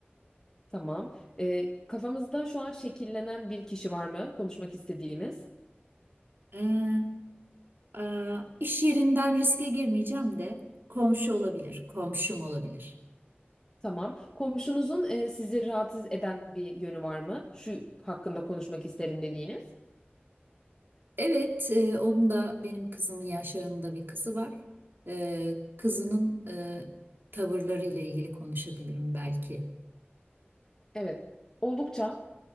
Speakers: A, on the left; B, on the right.
A: Tamam. Ee, kafamızda şu an şekillenen bir kişi var mı konuşmak istediğimiz?
B: Ee, aa, iş yerinden riske girmeyeceğim de komşu olabilir, komşum olabilir.
A: Tamam. Komşunuzun e, sizi rahatsız eden bir yönü var mı? Şu hakkında konuşmak isterim dediğiniz.
B: Evet, e, onun da benim kızımın yaşlarında bir kızı var. Ee, kızının e, tavırlarıyla ilgili konuşabilirim belki.
A: Evet. Oldukça